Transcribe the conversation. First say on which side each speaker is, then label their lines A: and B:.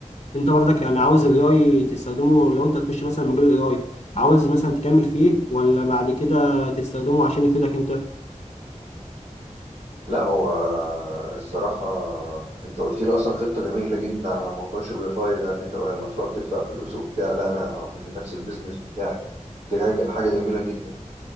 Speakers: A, on the left (about 55°); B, on the right (about 65°).
A: انت برضك يعني عاوز الاي اي تستخدمه لو انت تخش مثلا مجال الاي اي عاوز مثلا تكمل فيه ولا بعد كده تستخدمه عشان يفيدك انت
B: لا هو الصراحة انت قلت لي اصلا خطة جميلة جدا على موضوع شوبيفاي ده ان انت بدل ما تروح تدفع فلوس وبتاع لا انا هعمل لنفسي البيزنس بتاعي دي حاجة حاجة جميلة جدا